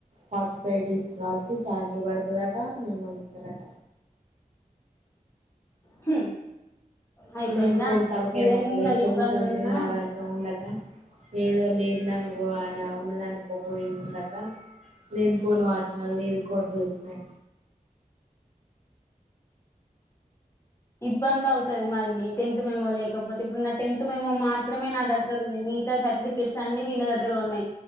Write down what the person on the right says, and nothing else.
ఫార్టీ ఫైవ్ డేస్ తర్వాతకి శాలరీ పడుతుందట మేమో ఇస్తారట
లేనిపోని తలకాయ
నొప్పులు ఇంట్లో
కూర్చొని తినరాక ఉండక ఏదో లేని దానుకో అని ఉన్నదానికి పోయి ఉండక లేనిపోని వాటినల్ ఎరుకోవడదుపును